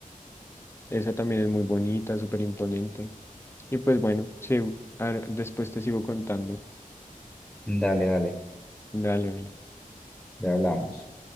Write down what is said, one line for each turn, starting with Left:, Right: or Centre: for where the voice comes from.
Left: Esa también es muy bonita, súper imponente. Y pues bueno, sí, ahora- después te sigo contando.
Centre: Dale, dale,
Left: Dale, dale.
Centre: ya hablamos.